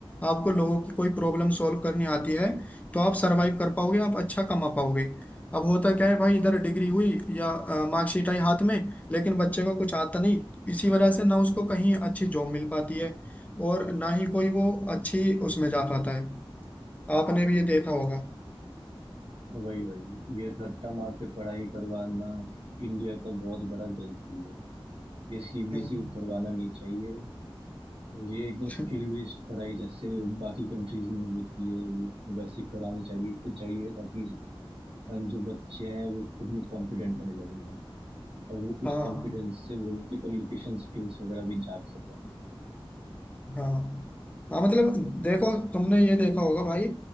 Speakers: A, on the left; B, on the right.
A: आपको लोगों की कोई प्रॉब्लम सॉल्व करनी आती है तो आप सरवाइव कर पाओगे आप अच्छा कमा पाओगे अब होता क्या है भाई इधर डिग्री हुई या मार्कशीट आई हाथ में लेकिन बच्चे को कुछ आता नहीं इसी वजह से ना उसको कहीं अच्छी जॉब मिल पाती है और ना ही कोई वो अच्छी उसमें जा पाता है आपने भी ये देखा होगा
B: वही वही ये रट्टा मार के पढ़ाई करवाना इंडिया का बहुत बड़ा गलती है ये सीबीएसई
A: हम्म
B: को करवाना नहीं चाहिए ये एकदम
A: <laughs>
B: स्किल बेस्ड पढ़ाई जैसे बाकी कंट्रीज में होती है वो वैसे करानी चाहिए चाहिए ताकि अ, जो बच्चे हैं वो खुद में कॉन्फिडेंट बने लगे और वो
A: हाँ
B: उस कॉन्फिडेंस से वो लोग के कम्युनिकेशन स्किल्स वगैरह भी जाग सकें
A: हाँ हाँ मतलब देखो तुमने ये देखा होगा भाई